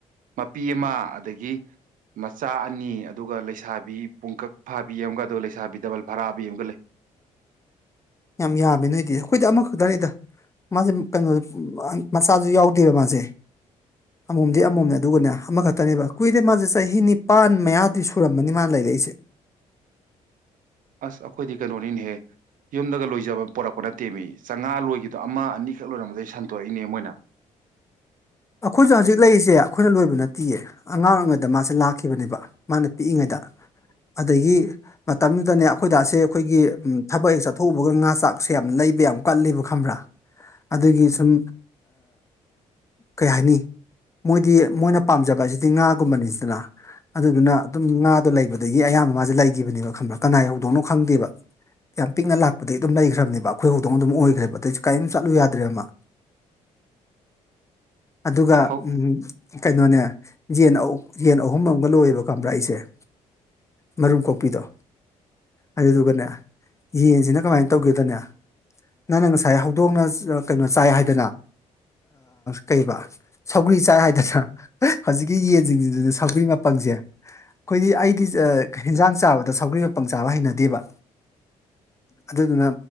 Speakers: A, on the right; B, on the left.
A: ꯃꯄꯤ ꯑꯃ ꯑꯗꯒꯤ ꯃꯆꯥ ꯑꯅꯤ ꯑꯗꯨꯒ ꯂꯩꯁꯥꯕꯤ ꯄꯨꯡꯀꯛ ꯐꯥꯕꯤ ꯑꯃꯦꯝꯒꯗꯣ ꯂꯩꯁꯥꯕꯤ ꯗꯕꯜ ꯐꯔꯥꯕꯤ ꯑꯦꯝꯒ ꯂꯩ
B: ꯌꯥꯝ ꯌꯥꯝꯃꯤ ꯅꯣꯏꯗꯤꯗꯤ ꯑꯩꯈꯣꯏꯗꯤ ꯑꯃꯈꯛꯇꯅꯦꯗ ꯃꯥꯁꯦ ꯀꯩꯅꯣ ꯃꯆꯥꯁꯨ ꯌꯥꯎꯗꯦꯕ ꯃꯥꯁꯦ ꯑꯃꯣꯝꯗꯤ ꯑꯃꯃꯣꯝꯅꯦ ꯑꯗꯨꯒꯅꯦ ꯑꯃꯈꯛꯇꯅꯦꯕ ꯀꯨꯏꯗꯦ ꯃꯥꯁꯦ ꯆꯍꯤ ꯅꯤꯄꯥꯟ ꯃꯌꯥꯗꯤ ꯁꯨꯔꯝꯃꯅꯤ ꯃꯥꯅ ꯂꯩ ꯂꯩꯁ
A: ꯑꯁ ꯑꯩꯈꯣꯏꯗꯤ ꯀꯩꯅꯣꯔꯤꯅꯍꯦ ꯌꯨꯝꯗꯒ ꯂꯣꯏꯖꯕ ꯄꯣꯔꯛꯄ ꯅꯠꯇꯦ ꯃꯤ ꯆꯥꯝꯉꯥ ꯂꯣꯏꯈꯤꯗꯣ ꯑꯃ ꯑꯅꯤꯈꯛ ꯂꯣꯏꯔꯝꯕꯗꯒꯤꯩ ꯁꯟꯇꯣꯔꯛꯏꯅꯦ ꯃꯣꯏꯅ <unintelligible>
B: ꯑꯩꯈꯣꯏꯁꯨ ꯍꯧꯖꯤꯛ ꯂꯩꯔꯤꯁꯦ ꯑꯩꯈꯣꯏꯅ ꯂꯣꯏꯕ ꯅꯠꯇꯦꯌꯦ ꯑꯉꯥꯡ ꯑꯣꯏꯔꯤꯉꯩꯗ ꯃꯥꯁꯦ ꯂꯥꯛꯈꯤꯕꯅꯦꯕ ꯃꯥꯅ ꯄꯤꯛꯏꯉꯩꯗ ꯑ ꯑꯗꯒꯤ ꯃꯇꯝꯗꯨꯗꯅꯦ ꯑꯩꯈꯣꯏꯗꯁꯦ ꯑꯩꯈꯣꯏꯒꯤ ꯊꯕꯛ ꯍꯦꯛ ꯆꯠꯊꯣꯛꯎꯕꯒ ꯉꯥ ꯆꯥꯛꯁꯦ ꯌꯥꯝ ꯂꯩ ꯂꯩꯕ ꯌꯥꯝ ꯀꯠꯂꯦꯕ ꯈꯪꯕ꯭ꯔꯥ ꯑꯗꯨꯒꯤ ꯁꯨꯝ ꯀꯩ ꯍꯥꯏꯅꯤ ꯃꯣꯏꯗꯤ ꯃꯣꯏꯅ ꯄꯥꯝꯖꯕ ꯍꯥꯏꯁꯤꯗꯤ ꯉꯥꯒꯨꯝꯕꯅꯤꯁꯤꯅ ꯑꯗꯨꯗꯨꯅ ꯑꯗꯨꯝ ꯉꯥꯗꯣ ꯂꯩꯕꯗꯒꯤ ꯑꯌꯥꯝꯕ ꯃꯥꯁꯦ ꯂꯩꯈꯤꯕꯅꯦꯕ ꯈꯪꯕ꯭ꯔꯥ ꯀꯅꯥ ꯍꯧꯧꯗꯧꯅꯣ ꯈꯪꯗꯦꯕ ꯌꯥꯝ ꯄꯤꯛꯅ ꯂꯥꯛꯄꯗꯒꯤꯩ ꯑꯗꯨꯝ ꯂꯩꯈ꯭ꯔꯕꯅꯦꯕ ꯑꯩꯈꯣꯏ ꯍꯧꯗꯣꯡꯅ ꯑꯗꯨꯝ ꯑꯣꯏꯈ꯭ꯔꯦꯕ ꯑꯗꯩꯁꯨ ꯀꯔꯤꯝ ꯆꯠꯂꯨ ꯌꯥꯗ꯭ꯔꯦ ꯑꯃ
A: <unintelligible>
B: ꯑꯗꯨꯒ
A: ꯍꯧ
B: ꯎ ꯀꯩꯅꯣꯅꯦ ꯌꯦꯟ ꯌꯦꯟ ꯑꯍꯨꯝ ꯑꯃꯒ ꯂꯣꯏꯌꯦꯕ ꯀꯝꯕ꯭ꯔꯥ ꯑꯩꯁꯦ ꯃꯔꯨꯝ ꯀꯣꯛꯄꯤꯗꯣ ꯑꯗꯨꯗꯨꯒꯅꯦ ꯌꯦꯟꯁꯤꯅ ꯀꯃꯥꯏꯅ ꯇꯧꯒꯦꯗꯅꯦ ꯅꯪꯅ ꯉꯁꯥꯏ ꯍꯧꯗꯣꯡꯅ ꯀꯩꯅꯣ ꯆꯥꯏ ꯍꯥꯏꯗꯅ ꯀꯩꯔꯤꯕ ꯁꯧꯒ꯭ꯔꯤ ꯆꯥꯏ ꯍꯥꯏꯗꯅ ꯍꯧꯖꯤꯛꯀꯤ ꯌꯦꯟꯁꯤꯡꯁꯤꯁꯤꯅ ꯁꯧꯒ꯭ꯔꯤ ꯃꯄꯪꯁꯦ ꯑꯩꯈꯣꯏꯗꯤ ꯑꯩꯗꯤ ꯍꯦꯟꯖꯥꯡ ꯆꯥꯕꯗ ꯁꯧꯒ꯭ꯔꯤ ꯃꯄꯪ ꯆꯥꯕ ꯍꯩꯅꯗꯦꯕ ꯑꯗꯨꯗꯨꯅ